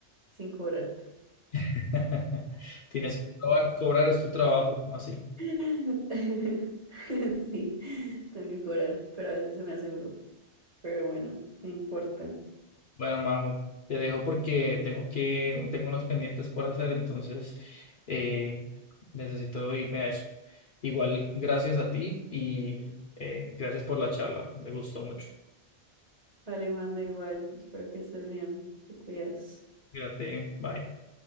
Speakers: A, on the right; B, on the left.
A: sin cobrarte.
B: <laughs> Tienes que co- cobrar, es tu trabajo, como así.
A: <laughs> Sí, tengo que cobrar, pero a veces se me hace duro. Pero bueno, no importa.
B: Bueno, Majo, te dejo porque tengo que, tengo unos pendientes por hacer, entonces eh, necesito irme a eso. Igual, gracias a ti y eh, gracias por la charla. Me gustó mucho.
A: Vale, Juan, da igual. Espero que estés bien. Te cuidas.
B: Cuídate, bye.